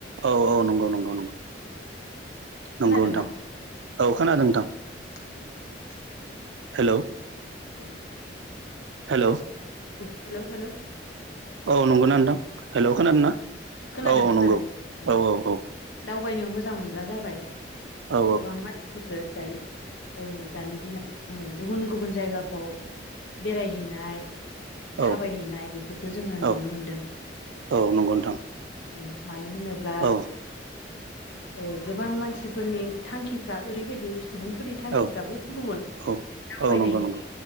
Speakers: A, on the right; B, on the left.
A: औ औ नंगौ नंगौ नंगौ
B: खोनादोंना
A: नंगौ नोंथां औ खोनादों नोंथां
B: <unintelligible> <inaudible>
A: हेल'
B: औ
A: हेल'
B: हेल' हेल'
A: औ नंगौना नोंथां हेल' खोनादोंना
B: खोनादों
A: औ औ
B: खोनादों
A: नंगौ
B: उम
A: औ औ औ
B: दावबायनो मोजां मोनग्रा जाबाय
A: औ
B: गोबां मानसिफोरखौ दायो ओ दानि दिनाव गुबुन गुबुन जायगाफ्राव बेरायहैनाय थाबायहैनाय
A: औ
B: बेफोरखौ जोङो नुनो
A: औ
B: मोनदों
A: औ नंगौ नोंथां
B: औ मानो होनोब्ला
A: औ
B: ओ गोबां मानसिफोरनि थांखिफ्रा ओरैबायदि सुबुंफोरनि थांखिफ्रा
A: औ
B: गुबुन गुबुन
A: औ
B: दावबायनायनि
A: औ नंगौ नंगौ